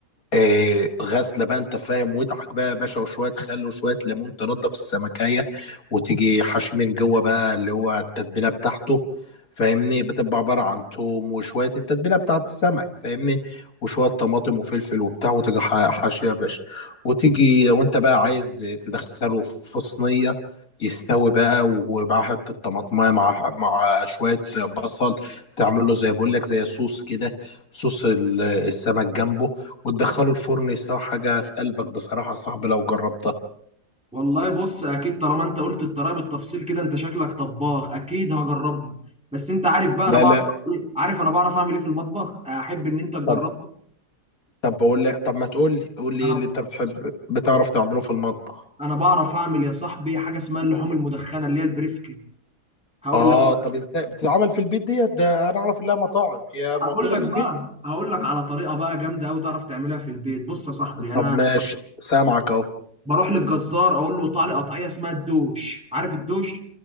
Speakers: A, on the left; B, in the centre.
A: آه، غسله بقى انت فاهم ودعك بقى يا باشا وشويه خل وشويه ليمون تنضف السمكيه وتيجي حشي من جوه بقى اللي هو التتبيله بتاعته فاهمني بتبقى عباره عن توم وشويه التتبيله بتاعت السمك فاهمني وشويه طماطم وفلفل وبتاع وتيجي ح- حاشيه يا باشا وتيجي لو انت بقى عايز تدخله في في صينيه يستوي بقى ومع حته طماطمايه مع مع شويه بصل تعمل له زي بقول لك زي صوص كده صوص ال- السمك جنبه وتدخله الفرن يستوي حاجة في قلبك بصراحة يا صاحبي لو جربتها
B: والله بص اكيد طالما انت قلت الطريقة بالتفصيل كده انت شكلك طباخ اكيد هجربها بس انت عارف بقى
A: لا
B: انا بعرف
A: لا
B: عارف انا بعرف اعمل ايه في المطبخ احب ان انت تجرب
A: طب طب بقول لك طب ما تقول لي قول لي
B: انا
A: ايه اللي انت بتحب بتعرف تعمله في المطبخ
B: انا بعرف اعمل يا صاحبي حاجه اسمها اللحوم المدخنه اللي هي البريسكي هقول
A: اه
B: لك بقى
A: طب ازاي بتتعمل في البيت ديت ده انا اعرف انها مطاعم هي موجودة
B: هقول لك
A: في
B: بقى
A: البيت
B: هقول لك على طريقه بقى جامده قوي تعرف تعملها في البيت بص يا صاحبي انا
A: طب ماشي سامعك اهو
B: بروح للجزار اقول له قطع لي قطعيه اسمها الدوش عارف الدوش